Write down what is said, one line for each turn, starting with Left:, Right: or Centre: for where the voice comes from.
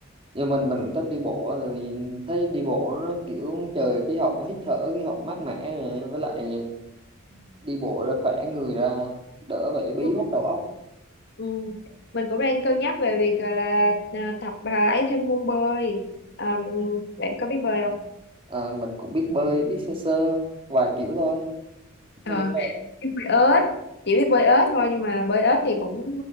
Right: Nhưng mình mình cũng thích đi bộ tại vì thấy đi bộ nó kiểu trời khí hậu hít thở khí hậu mát mẻ này, với lại đi bộ ra khỏe người ra đỡ phải bí
Left: Ừ.
Right: bách đầu óc
Left: Ừ. Mình cũng đang cân nhắc về việc gọi là à, tập à, ấy thêm môn bơi à, bạn có biết bơi không?
Right: Ờ, mình cũng biết bơi biết sơ sơ vài kiểu thôi
Left: Ờ
Right: nói chung là
Left: biết bơi ếch chỉ biết bơi ếch thôi nhưng mà bơi ếch thì cũng